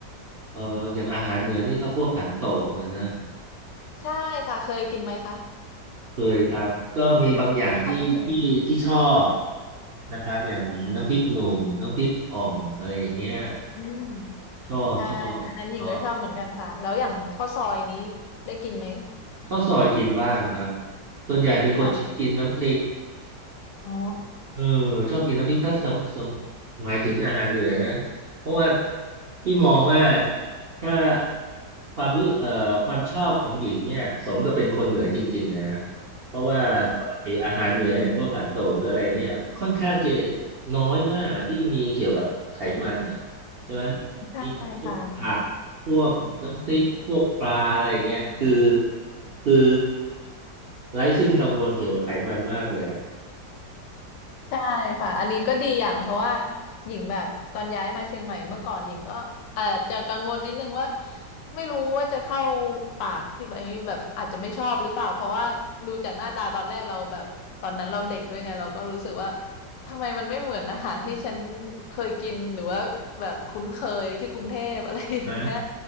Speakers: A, on the right (about 50°); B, on the left (about 80°).
A: เอออย่างอาหารเหนือนี่ก็พวกขันโตกเหมือนนะ
B: ใช่ค่ะ เคยกินไหมคะ
A: เคยครับก็มีบางอย่างที่ที่ที่ชอบ
B: ชอบไหมเอ่ย
A: นะครับอย่างน้ำพริกหนุ่มน้ำพริกอ่อมอะไรอย่างเงี้ย
B: อืม
A: ชอบชอบชอบ
B: ใช่ อันนั้นหญิงก็ชอบเหมือนกันค่ะ แล้วอย่างข้าวซอยนี้ได้กินไหม
A: ข้าวซอยกินบ้างครับส่วนใหญ่เป็นคนชอบกินน้ำพริก
B: ค่ะอ๋อ
A: เออชอบกินน้ำพริกถ้าสำสำหมายถึงอาหารเหนือนะเพราะว่าพี่มองว่าถ้าความรู้เอ่อความชอบของหญิงเนี่ยสมกับเป็นคนเหนือจริงๆเลยนะเพราะว่าปกติอาหารเหนืออย่างพวกขันโตกหรืออะไรเนี่ยค่อนข้างจะน้อยมากอะที่มีเกี่ยวกับไขมันอ่ะใช่ไหม
B: ใช่ค่ะ
A: มีแต่พวกผักพวกน้ำพริกพวกปลาอะไรเงี้ยคือคือไร้ซึ่งกังวลเกี่ยวกับไขมันมากเลยอะ
B: ใช่ค่ะอันนี้ก็ดีอย่างเพราะว่าหญิงแบบตอนย้ายมาเชียงใหม่เมื่อก่อนหญิงก็อาจจะกังวลนิดนึงว่าไม่รู้ว่าจะเข้าปากที่แบบแบบอาจจะไม่ชอบหรือเปล่าเพราะว่าดูจากหน้าตาตอนแรกเราแบบตอนนั้นเราเด็กด้วยไงเราก็รู้สึกว่าทำไมมันไม่เหมือนอาหารที่ฉันเคยกินหรือว่าแบบคุ้นเคยที่กรุงเทพอะไรอย่างเงี้ย
A: นะ